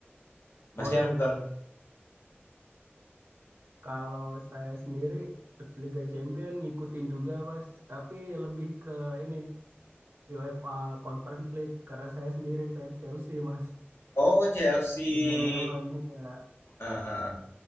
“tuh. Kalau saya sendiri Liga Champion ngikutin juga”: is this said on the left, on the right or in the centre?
Right